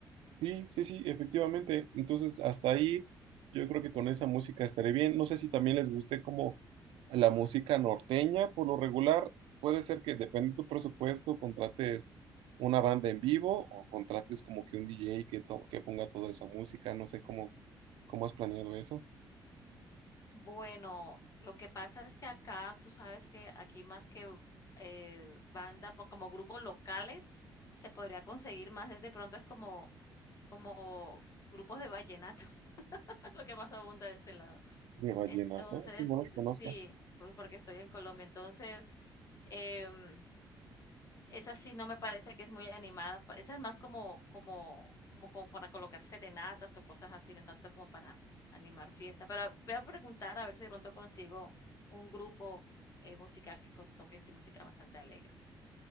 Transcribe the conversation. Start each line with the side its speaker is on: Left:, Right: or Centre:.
Right: Sí, sí, sí, efectivamente. Entonces, hasta ahí yo creo que con esa música estaré bien. No sé si también les guste como la música norteña, por lo regular, puede ser que depende de tu presupuesto, contrates una banda en vivo o contrates como que un DJ que, to- que ponga toda esa música. No sé cómo, cómo has planeado eso.
Left: Bueno, lo que pasa es que acá, tú sabes que aquí más que eh, banda, po- como grupos locales, se podría conseguir más, es de pronto es como, como grupos de vallenato, <laughs> lo que más abunda de este lado.
Right: De vallenato,
Left: Entonces,
Right: Sí, no los conozco.
Left: sí, por- porque estoy en Colombia, entonces, em, esa sí no me parece que es muy animada, pa esa es más como como como como para colocar serenatas o cosas así, no tanto como para animar fiesta, pero a- voy a preguntar a ver si de pronto consigo un grupo, eh, musical que co toque sí música bastante alegre.